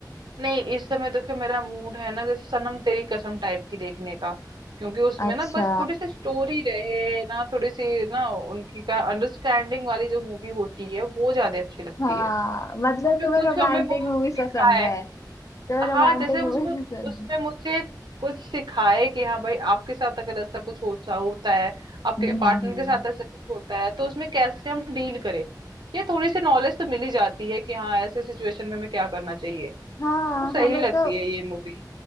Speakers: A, on the right; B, on the left.
A: नहीं इस समय देखो मेरा मूड है ना जैसे सनम तेरी कसम टाइप की देखने का क्योंकि उसमें
B: है अच्छा
A: ना बस थोड़ी सी स्टोरी रहे ना थोड़ी सी ना उनकी का अंडरस्टैंडिंग वाली जो मूवी होती है वो ज्यादा अच्छी लगती
B: हाँ
A: है
B: मतलब
A: इसमें
B: तुम्हें
A: कुछ
B: रोमांटिक
A: हमें वो
B: मूवीज
A: सिखाए
B: पसंद है तुम्हें
A: हाँ
B: रोमांटिक
A: जैसे
B: मूवीज
A: उसमें
B: पसंद
A: उसमें
B: है
A: मुझे कुछ सिखाए कि हाँ भाई आपके साथ अगर ऐसा कुछ होता होता है आपके
B: हम्म हम्म
A: पार्टनर
B: हम्म।
A: के साथ ऐसा कुछ होता है तो उसमें कैसे हम डील करें ये थोड़ी सी नॉलेज तो मिली जाती है कि हाँ ऐसे सिचुएशन में हमें क्या करना चाहिए
B: हाँ
A: तो सही
B: हमें
A: लगती
B: तो
A: है ये मूवी